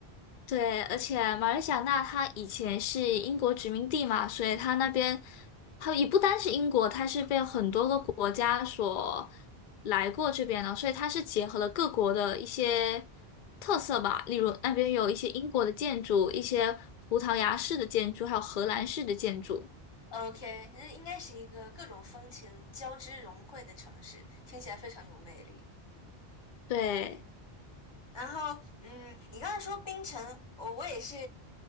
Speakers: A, on the left (about 60°); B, on the left (about 25°).
A: 对，而且马来西亚那它以前是英国殖民地嘛，所以它那边，它也不单是英国，它是被很多个国家所来过这边的，所以它是结合了各国的一些特色吧，例如那边有一些英国的建筑，
B: 嗯，
A: 一些葡萄牙式的建筑，还有荷兰式的建筑。
B: OK，那应该是一个各种风情交织融汇的城市，听起来非常有魅力。
A: 对，
B: 然后，嗯，你刚才说冰城，我我也是，